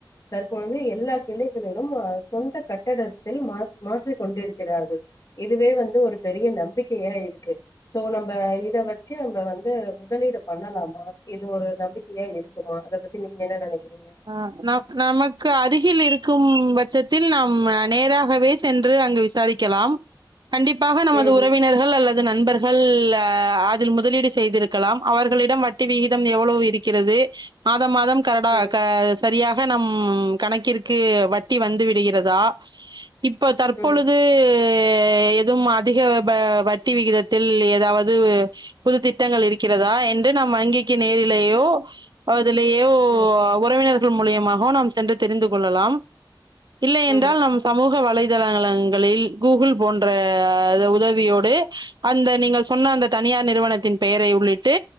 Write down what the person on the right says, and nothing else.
அ ந நமக்கு அருகில் இருக்கும் பட்சத்தில் நாம் நேராகவே சென்று அங்கு விசாரி க்கலாம் கண்டிப்பாக நமது
உறவி னர்கள் அல்லது நண்பர்கள் அதில் முதலீடு செய்திருக்கலாம் அவர்களிடம் வட் டி விகிதம் எவ்வளவு இருக்கிறது மாத மாதம் கரடா
க சரியாக நம் கணக்கிற்கு வட்டி வந்து விடுகிறதா இப்ப தற்பொழுது
எ எதுவும் அதிக வ வட்டி விகிதத்தில் ஏதாவது புது திட்டங்கள் இருக்கிறதா என்று நம் வங்கிக்கு நேரிலேயோ அதுலேயோ
உறவினர்கள் மூலியமாகவு நாம் சென்று தெரிந்து கொள்ளலாம் இல்லை என்றால்
நம் சமூக வலைதளங்களங்களில் கூகுள் போன்ற உதவியோடு அந்த நீங்க சொன்ன அந்த தனியார் நிறுவனத்தின் பெயரை உள்ளிட்டு